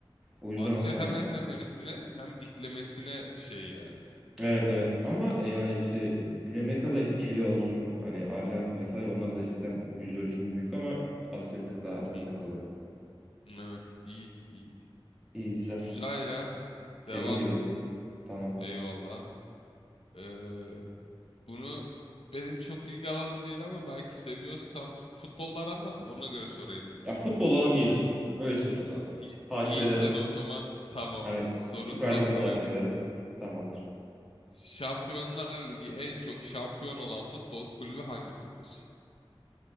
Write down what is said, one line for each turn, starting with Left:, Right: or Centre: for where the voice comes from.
Centre: O yüzden
Left: Asya
Centre: Asya
Left: hem
Centre: yani.
Left: enlemesine hem diklemesine şey yani.
Centre: Evet evet ama e, yani işte Güney Amerika'da işte Çili olsun hani Arjantin vesaire onlar da cidden yüz ölçümü büyük ama Asya bir tık daha önde
Left: Hı hı.
Centre: kalıyor.
Left: Evet, iyi, iyi.
Centre: İyi güzel.
Left: Güzel ya.
Centre: Tebrik
Left: Devam.
Centre: ederim. Tamam.
Left: Eyvallah. Ee, Bunu benim çok ilgi alanım değil ama belki seviyorsan fut futbolla aran nasıl? Ona göre sorayım bunu.
Centre: Ya futbol alam iyidir. Öyle söyleyeyim sana.
Left: İyi.
Centre: Takip
Left: İyiysen
Centre: ederim.
Left: o zaman tamam.
Centre: Hani
Left: Bu soru
Centre: Süper
Left: tam
Centre: Lig'i de
Left: sana
Centre: takip
Left: göre.
Centre: ederim. Tamamdır.
Left: Şampiyonlar Ligi en çok şampiyon olan futbol kulübü hangisidir?